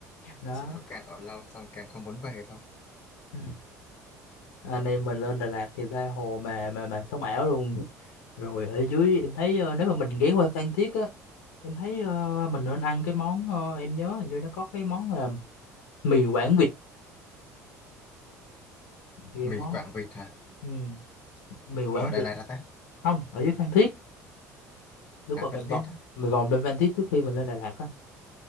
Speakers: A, on the left; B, on the left.
A: đó
B: chỉ có càng ở lâu xong càng không muốn về thôi
A: ừ. anh em mình lên Đà Lạt thì ra hồ mà mà mà sống ảo luôn rồi ở dưới em thấy ờ, nếu mà mình ghé qua Phan Thiết á em thấy ờ, mình nên ăn cái món ờ, em nhớ hình như nó có cái món là mì Quảng vịt thì cái
B: mì
A: món
B: Quảng vịt hả
A: ừ, mì Quảng
B: ở Đà
A: vịt
B: Lạt hả ta
A: không ở dưới Phan Thiết lúc
B: à
A: mà
B: Phan
A: mình
B: Thiết
A: vòng
B: á
A: mình vòng lên Phan Thiết trước khi mình lên Đà Lạt á